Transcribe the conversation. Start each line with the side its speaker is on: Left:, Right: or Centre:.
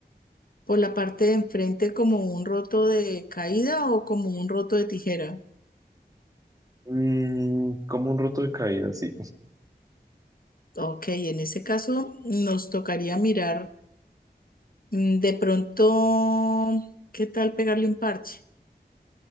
Left: ¿Por la parte de enfrente como un roto de caída o como un roto de tijera?
Right: Mm, como un roto de caída, sí.
Left: Ok, en ese caso nos tocaría mirar mm, de pronto, ¿qué tal pegarle un parche?